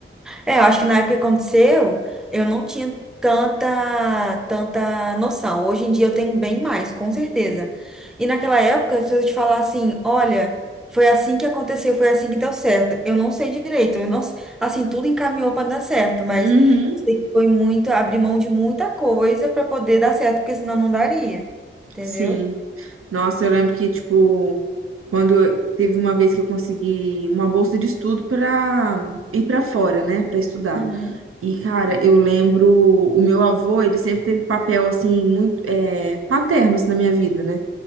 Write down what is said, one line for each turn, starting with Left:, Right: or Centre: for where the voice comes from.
Centre: É, eu acho que na época que aconteceu, eu não tinha tanta, tanta noção. Hoje em dia eu tenho bem mais, com certeza. E naquela época, se eu te falar assim, olha, foi assim que aconteceu, foi assim que deu certo. Eu não sei direito, eu não, assim, tudo encaminhou para dar certo, mas
Right: Uhum,
Centre: sei que foi muito, abrir mão de muita coisa para poder dar certo, porque senão não daria, entendeu?
Right: sim. Nossa, eu lembro que, tipo, quando eu- teve uma vez que eu consegui uma bolsa de estudo para ir para fora, né? Para estudar.
Centre: Uhum,
Right: E, cara, eu lembro, o meu avô, ele sempre teve papel, assim, muito é, paterno, assim, na minha vida, né?